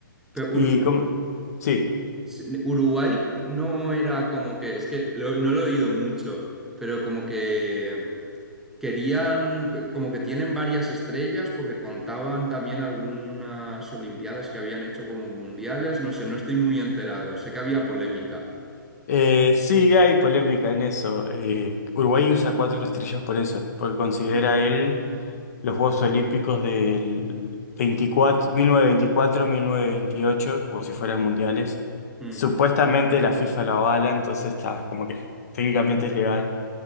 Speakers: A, in the centre; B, on the left (about 45°).
A: Pero Uru-
B: Y como... Sí.
A: Sí, Uruguay no era como que, es que lo- no lo he oído mucho, pero como que querían, c- como que tienen varias estrellas porque contaban también algunas olimpiadas que habían hecho como mundiales, no sé, no estoy muy enterado, sé que había polémica.
B: Eh, sí, hay polémica en eso. Eh, Uruguay usa cuatro estrellas por eso, porque considera
A: Mm,
B: él los Juegos Olímpicos del 24, 1924, 1928, como si fueran mundiales.
A: mm,
B: Supuestamente la FIFA lo avala, entonces está como que técnicamente es legal,